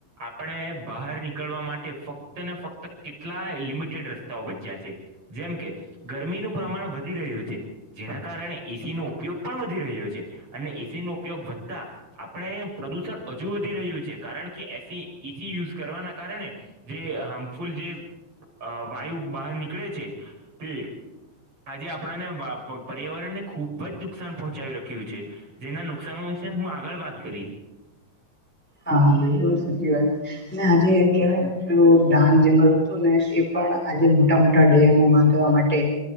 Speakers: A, on the right; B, in the centre.
A: આપણે બહાર નીકળવા મા તે ફક્ત ને ફક્ત કેટલાય લિમિટેડ રસ્તાઓ બચ્યા છે. જેમ કે ગરમીનું પ્રમાણ વધી રહ્યું છે, જેના કારણે એસી નો ઉપયોગ પણ વધી રહ્યો છે. અને એસી નો ઉપયોગ વધતા આપણે પ્રદુષણ અજુ વધી રહ્યું છે. કારણ કે એસી ઈસી યુસ કરવાના કારણે જે હામફુલ જે અ વાયુ બહાર નીકળે છે, તે આજે આપણાને વાપ પ પર્યાવરણ ને ખુબ જ નુકસાન પહોંચાવી રખ્યું છે. જેના નુક્સાનો વિસે હું આગળ વાત કરીસ.
B: હા બિલકુલ સાચી વાત. ને આજે કહેવાય ને પેલું ડાંગ જંગલ હતું ને એ પણ આજે મોટા મોટા ડેમો બાંધવા માટે તે